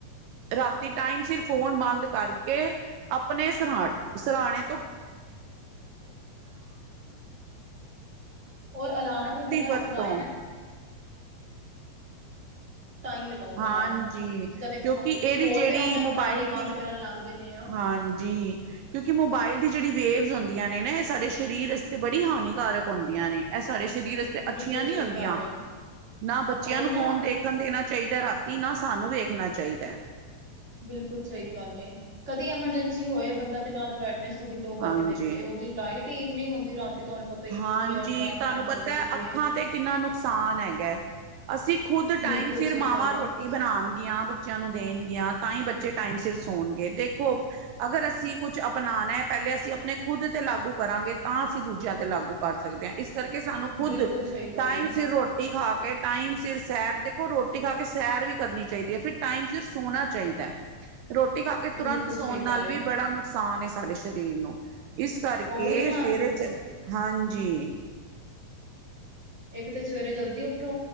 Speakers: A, on the right (about 80°); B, on the right (about 20°).
A: ਰਾਤੀ ਅਤੇ ਟਾਈਮ ਸਿਰ ਫੋਨ ਬੰਦ ਕਰਕੇ ਆਪਣੇ ਸਰਾਹਣੇ
B: <inaudible> ਔਰ ਅਲਾਰਮ ਵੀ ਤਾਂ
A: ਵਰਤੋਂ
B: ਹੀ ਲਗਾਓ
A: ਹਾਂਜੀ
B: ਅਲਾਰਮ ਜਿੱਦਾਂ ਦੇਖੋ
A: ਕਿਉਂਕਿ ਇਹਦੀ
B: ਕੋਲ
A: ਜਿਹੜੀ
B: ਪਿਆ ਹੂੰਦਾ
A: ਮੋਬਾਇਲ
B: ਨਾਲ ਹੀ ਬੰਦ
A: ਦੀ
B: ਕਰਨ ਲੱਗ ਜਾਂਦੇ ਆ।
A: ਹਾਂਜੀ। ਕਿਉਂਕਿ ਮੋਬਾਇਲ ਦੀ ਜਿਹੜੀ ਵੇਵ ਹੁੰਦੀਆਂ ਨੇ ਨਾ ਇਹ ਸਾਡੇ ਸਰੀਰ ਤੇ ਬੜੀ ਹਾਨੀਕਾਰਕ ਹੁੰਦੀਆਂ ਨੇ, ਇਹ ਸਾਡੇ ਸਰੀਰ ਲਈ
B: ਬਿਲਕੁਲ
A: ਅੱਛੀਆਂ ਨਹੀਂ
B: ਸਹੀ
A: ਹੁੰਦੀਆਂ
B: ਗੱਲ ਏ।
A: ਨਾ ਬੱਚਿਆਂ
B: ਉਹੀ
A: ਨੂੰ
B: ਨਾ
A: ਫੋਨ ਦੇਖ ਦੇਖਣ ਦੇਣਾ ਚਾਹੀਦਾ ਰਾਤੀ ਨਾ ਸਾਨੂੰ ਵੇਖਣਾ ਚਾਹੀਦਾ।
B: ਬਿਲਕੁਲ ਸਹੀ ਗੱਲ ਏ ਕਦੀ ਐਮਰਜੈਂਸੀ ਹੋਏ ਬੰਦਾ ਤੇ ਨਾਲ ਬ੍ਰਾਈਟਨੈਸ ਲੋਅ ਕਰਕੇ
A: ਹਾਂਜੀ।
B: ਦੇਖੇ ਉਹਦੀ ਲਾਈਟ ਹੀ ਇੰਨੀ ਹੁੰਦੀ। ਤੇ ਤੁਹਾਨੂੰ ਪਤਾ ਹੀ
A: ਹਾਂਜੀ
B: ਏ ਪੂਰੀ ਏਦਾਂ ਅੱਖਾਂ
A: ਤੁਹਾਨੂੰ
B: ਚ
A: ਪਤਾ
B: ਵੱਜਦੀ
A: ਹੈ ਅੱਖਾਂ
B: ਏ।
A: ਤੇ ਕਿੰਨਾ ਨੁਕਸਾਨ ਹੈਗਾ ਅਸੀਂ ਖੁੱਦ ਟਾਈਮ
B: ਬਿਲਕੁਲ
A: ਸਿਰ
B: ਸਹੀ
A: ਮਾਵਾਂ
B: ਗੱਲ ਏ,
A: ਰੋਟੀਆਂ ਬਣਾਉਣਗੀਆਂ ਬੱਚਿਆਂ ਨੂੰ ਦੇਣਗੀਆਂ ਤਾਂ ਹੀ ਬੱਚੇ ਟਾਈਮ ਸਿਰ ਸੌਣਗੇ ਦੇਖੋ ਅਗਰ ਅਸੀਂ ਕੁਛ ਅਪਣਾ ਨਾ ਪਹਿਲੇ ਅਸੀਂ ਆਪਣੇ ਖੁੱਦ ਤੇ ਲਾਗੂ ਕਰਾਂਗੇ ਤਾਂ ਅਸੀਂ। ਦੂਜਿਆਂ ਤੇ ਲਾਗੂ ਕਰ ਸਕਦੇ ਹਾਂ ਇਸ ਕਰਕੇ ਸਾਨੂੰ ਖੁੱਦ
B: ਬਿਲਕੁਲ ਸਹੀ ਗੱਲ
A: ਟਾਈਮ
B: ਏ,
A: ਸਿਰ ਰੋਟੀ ਰੋਟੀ ਖਾ ਕੇ ਟਾਈਮ ਸਿਰ ਸੈਰ ਦੇਖੋ ਰੋਟੀ ਖਾ ਕੇ ਸੈਰ ਵੀ ਕਰਨੀ ਚਾਹੀਦੀ ਹੈ ਫਿਰ ਟਾਈਮ ਸਿਰ ਸੋਣਾ ਚਾਹੀਦਾ ਹੈ। ਰੋਟੀ ਖਾ ਕੇ ਤੁਰੰਤ
B: ਬਿਲਕੁਲ
A: ਸੌਣ
B: ਸਹੀ
A: ਨਾਲ
B: ਗੱਲ ਏ।
A: ਵੀ ਬੜਾ ਨੁਕਸਾਨ ਸਾਡੇ ਸਰੀਰ ਨੂੰ ਇਸ ਕਰਕੇ
B: ਉਹੀ ਨਾ
A: ਸਵੇਰੇ ਜਲ ਹਾਂਜੀ।
B: ਇੱਕ ਤੇ ਸਵੇਰੇ ਜਲਦੀ ਉੱਠੋ